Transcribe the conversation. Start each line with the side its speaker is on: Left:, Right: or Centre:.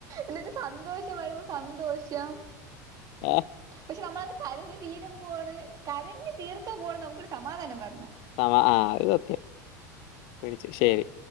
Right: ന്നിട്ട് സന്തോഷം വരുമ്പോ സന്തോഷം
Left: ആ
Right: പക്ഷേ നമ്മളത് കരഞ്ഞ് തീരുമ്പോള് കരഞ്ഞ് തീർക്കുമ്പോണ് നമുക്കൊരു സമാധാനം വര്ണേ.
Left: സമാ ആ അത് സത്യം പിടിച്ചു ശെരി